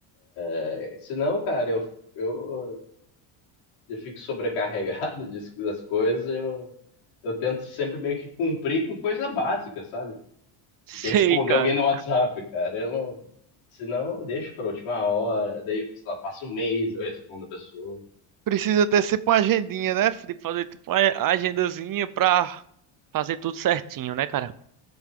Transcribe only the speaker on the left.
É, senão, cara, eu, eu eu fico sobrecarregado <laughs> disso- das coisas, eu, eu tento sempre meio que cumprir com coisa básica, sabe?
De responder
alguém no WhatsApp, cara. Eu não, senão eu deixo pra última hora, daí, sei lá, passa um mês, eu respondo a pessoa.